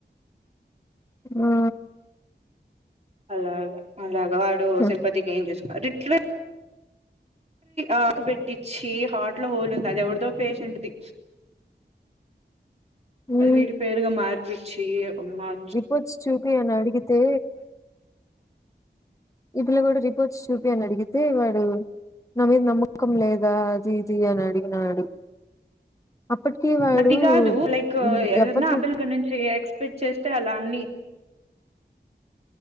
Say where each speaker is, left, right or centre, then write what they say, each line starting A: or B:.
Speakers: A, on the left; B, on the right.
A: ఆ
B: అలాగా అలాగా వాడు
A: హ,
B: సింపతి గేయిన్ చేసుకోనాడు అది ఎట్లా ఆకుబెట్టిచి హార్ట్ లో హోల్ ఉంది అది ఎవరిదో పేషెంట్దిి
A: ఉమ్
B: అది వీటి పేరుగా మార్పిచ్చి మార్చు
A: వచ్చి చూపీ అని అడిగితే ఈ పిల్ల కూడా రిపోర్ట్స్ చూపీ అని అడిగితే వాడు నా మీద నమ్మ ఖం లేదా అది ఇది అని అడిగినాడు అప్పటికి వాడు
B: అది కాదు లైక్
A: ఉమ్,
B: ఏదనా
A: ఎవరికి
B: అబిల్గ నుంచి ఎక్స్పెక్ట్ చేస్తే అలా అన్ని